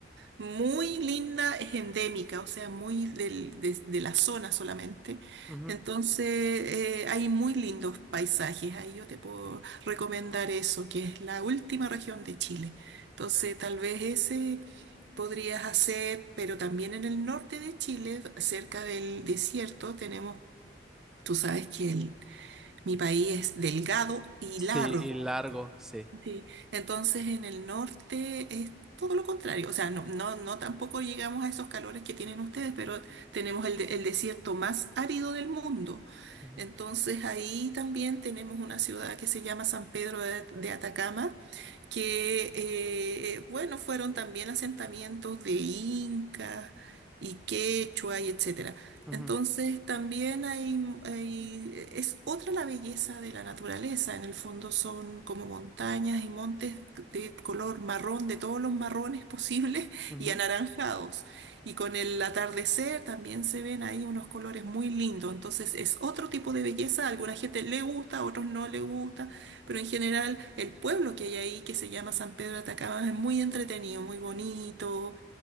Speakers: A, on the right; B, in the centre.
A: muy linda, es endémica, o sea, muy del- de, de la zona solamente.
B: ujú.
A: Entonces, eh, hay muy lindos paisajes. Ahí yo te puedo recomendar eso, que es la última región de Chile. Entonces, tal vez ese podrías hacer, pero también en el norte de Chile, cerca del desierto, tenemos, tú sabes que el mi país es delgado y
B: Sí,
A: largo.
B: y largo, sí.
A: Sí, Entonces en el norte es todo lo contrario. O sea, no, no, no tampoco llegamos a esos calores que tienen ustedes, pero tenemos el, de- el desierto más árido del mundo.
B: Ujú,
A: Entonces ahí también tenemos una ciudad que se llama San Pedro de, de Atacama que, eh, bueno, fueron también asentamientos de incas y quechua y etcétera.
B: ujú,
A: Entonces también hay, hay- es otra la belleza de la naturaleza. En el fondo son como montañas y montes de color marrón, de todos los marrones posibles
B: ujú.
A: y anaranjados. Y con el atardecer también se ven ahí unos colores muy lindos. Entonces es otro tipo de belleza. A alguna gente le gusta, a otros no le gusta pero en general el pueblo que hay ahí, que se llama San Pedro de Atacama, es muy entretenido, muy bonito,